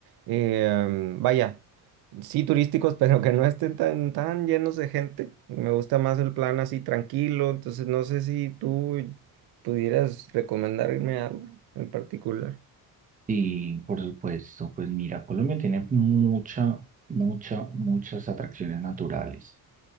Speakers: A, on the right (about 80°); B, on the right (about 20°).
A: eh, mm, vaya, sí turísticos, <laughs> pero que no estén tan, tan llenos de gente. Me gusta más el plan así tranquilo, entonces no sé si tú pudieras recomendarme algo en particular.
B: Sí, por supuesto. Pues mira, Colombia tiene mucha, mucha, muchas atracciones naturales.